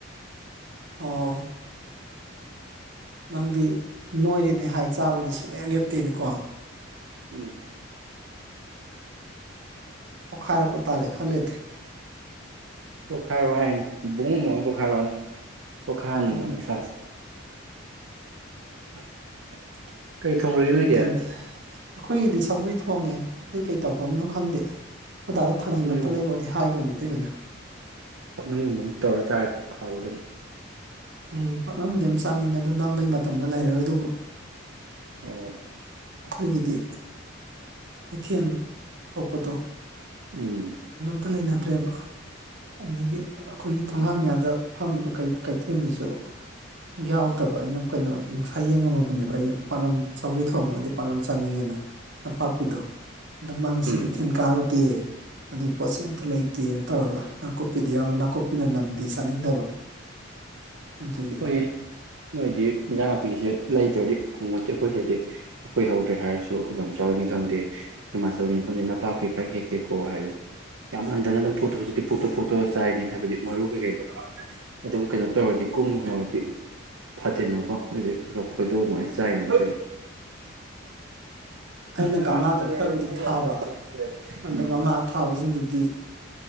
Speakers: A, on the right; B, on the right.
A: ꯑꯣ ꯅꯪꯗꯤ ꯅꯣꯏꯅꯦꯗꯤ ꯍꯥꯏ ꯆꯥꯕꯗ ꯁꯨꯡꯂꯌꯥ ꯂꯦꯞꯇꯦꯅꯤꯀꯣ
B: ꯎꯝ
A: ꯄꯣꯛꯈꯥꯏꯔꯛꯄ ꯇꯥꯔꯦ ꯈꯜꯂꯦꯗꯤ
B: ꯄꯣꯈꯥꯏꯔꯣ ꯍꯥꯏꯅꯤ ꯕꯣꯕ ꯑꯃ ꯄꯣꯈꯥꯏꯔꯣꯑꯣꯅ ꯄꯣꯈꯥꯏꯍꯟꯅꯤꯡꯉꯕꯅꯤ
A: ꯎꯝ
B: ꯏꯁꯥꯁꯦ <unintelligible> ꯅꯣꯏꯗꯤ
A: ꯗꯦꯟ ꯑꯩꯈꯣꯏꯒꯤꯗꯤ ꯁꯒꯔꯤ ꯊꯣꯡꯉꯦ ꯑꯇꯩ ꯀꯩ ꯇꯧꯈ꯭ꯔꯕꯅꯣ ꯈꯪꯗꯦ ꯍꯣꯏꯗꯥꯗ ꯊꯥꯡꯖꯤꯟ
B: ꯄꯥꯛꯅꯝꯒꯨꯝ
A: ꯑꯝꯇ ꯂꯩꯔꯣꯑꯣꯗꯤ ꯍꯥꯏꯈꯤꯕꯅꯤ ꯏꯇꯩꯃꯅ
B: ꯄꯥꯛꯅꯝꯒꯨꯝꯕ ꯑꯃ ꯇꯧꯔ ꯆꯥꯔꯗꯤ ꯍꯥꯎꯒꯗꯕꯅꯤ
A: ꯎꯝ ꯄꯥꯛꯅꯕꯨꯗꯤ ꯌꯥꯝ ꯆꯥꯅꯤꯡꯉꯦ ꯑꯗꯨ ꯅꯝꯕꯩ ꯃꯇꯝꯗꯣ ꯂꯩꯔꯔꯣꯏꯗꯧꯕ
B: ꯑꯣ
A: ꯑꯩꯈꯣꯏꯒꯤꯗꯤ ꯀꯩꯊꯦꯜ ꯊꯣꯛꯄꯗꯣ
B: ꯎꯝ
A: ꯑꯇ ꯂꯩꯅꯗ꯭ꯔꯦꯕ ꯑꯗꯒꯤ ꯑꯩꯈꯣꯏꯒꯤ ꯊꯣꯡꯒꯥꯃꯤꯌꯥꯗ ꯐꯥꯝꯝꯕ ꯀꯩꯊꯦꯜꯗꯨꯁꯨ ꯌꯥꯎꯗꯕ ꯑꯩꯅ ꯀꯩꯅꯣ ꯉꯅꯨꯡꯁꯥ ꯌꯦꯡꯉꯝꯃꯕꯅꯦꯕ ꯑꯩꯁꯦ ꯄꯥꯛꯅꯝ ꯆꯧꯒ ꯊꯣꯡꯉꯗꯤ ꯅꯄ ꯆꯥꯅꯤꯡꯉꯦꯅ ꯅꯄꯥꯛꯄꯤꯗꯣ ꯑꯗ ꯃꯥ ꯉꯁꯤ
B: ꯎꯝ
A: ꯀꯩꯊꯦꯜ ꯀꯥꯔꯨꯗꯦ ꯑꯩ ꯄꯣꯠꯁꯤ ꯑꯝꯇ ꯂꯩꯇꯦꯅ ꯇꯧꯔꯒ ꯅꯥꯀꯨꯞꯄꯤꯗꯤ ꯑꯌꯥꯝꯕ ꯅꯥꯀꯨꯞꯄꯤꯅ ꯅꯝꯕꯗꯤ ꯆꯥꯅꯤꯡꯗꯕ
B: <inaudible>
A: ꯑꯗꯨꯒꯤ
B: ꯍꯣꯏꯌꯦꯦ ꯅꯣꯏꯗꯤ ꯏꯟꯖꯥꯡ ꯅꯨꯄꯤꯁꯦ ꯂꯩꯇ꯭ꯔꯗꯤ ꯐꯪꯉꯣꯟꯗꯦ ꯑꯩꯈꯣꯏꯁꯗꯤ ꯑꯩꯈꯣꯏ ꯍꯧꯗ꯭ꯔꯦ ꯍꯥꯏꯔꯁꯨ ꯑꯩꯈꯣꯏ ꯃꯝꯆꯥꯅꯤ ꯈꯪꯗꯦ ꯃꯥꯆꯧꯅꯤ ꯈꯦ ꯅꯄꯥꯛꯄꯤ ꯈꯔ ꯍꯦꯛꯀꯦꯀꯣ ꯍꯥꯏꯔꯦ ꯌꯥꯝ ꯍꯟꯊꯅ ꯑꯗꯨꯝ ꯄꯨꯛꯇꯣꯛ ꯍꯧꯖꯤꯛꯇꯤ ꯄꯨꯛꯇꯣꯛ ꯄꯨꯨꯛꯇꯣꯛꯑ ꯆꯥꯏꯅꯤ ꯍꯥꯏꯕꯗꯤ ꯃꯔꯨ ꯀꯩꯀꯩꯗꯣ ꯑꯗꯨꯝ ꯀꯩꯅꯣ ꯇꯧꯔꯗꯤ ꯀꯨꯝꯃꯍꯗꯤ ꯐꯠꯇꯦꯅꯀꯣ ꯑꯗꯨꯗꯤ ꯈꯔ ꯈꯔ ꯐꯣꯏꯗꯣꯛ ꯑꯗꯨꯃꯥꯏꯅ ꯆꯥꯏꯅꯦꯕ ꯑꯩꯈꯣꯏꯗꯤ
A: ꯑꯩꯅ
B: ꯌꯥꯝꯅ
A: ꯒꯝꯂꯥꯗ
B: ꯂꯩꯔꯝꯃꯤ
A: ꯈꯔꯕꯨꯗꯤ ꯊꯥꯕ
B: ꯑꯆꯥꯄꯣꯠꯁꯦ
A: ꯑꯗꯣ
B: ꯎꯝ
A: ꯒꯝꯂꯥ ꯊꯥꯕꯁꯤꯡꯗꯨꯗꯤ